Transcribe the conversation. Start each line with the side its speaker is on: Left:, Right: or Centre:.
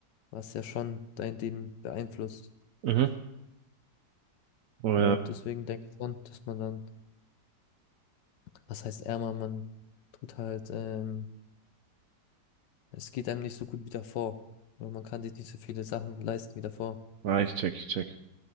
Left: was ja schon dein Leben beeinflusst.
Right: Mhm. Oder,
Left: Ja, deswegen denke ich schon, dass man dann, was heißt ärmer, man tut halt, ähm, es geht einem nicht so gut wie davor. Oder man kann sich nicht so viele Sachen leisten wie davor.
Right: ah, ich check, ich check.